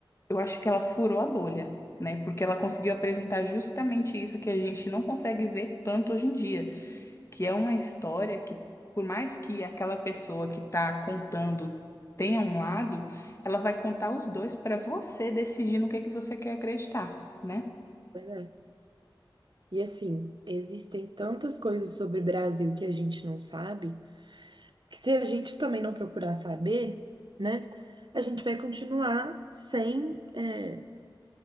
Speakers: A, on the left; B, on the right.
A: eu acho que ela furou a bolha. Né, porque ela conseguiu apresentar justamente isso que a gente não consegue ver tanto hoje em dia que é uma história que, por mais que aquela pessoa que está contando tenha um lado, ela vai contar os dois para você decidir no que que você quer acreditar, né?
B: pois é. E assim, existem tantas coisas sobre o Brasil que a gente não sabe, que se a gente também não procurar saber, né, a gente vai continuar sem, é,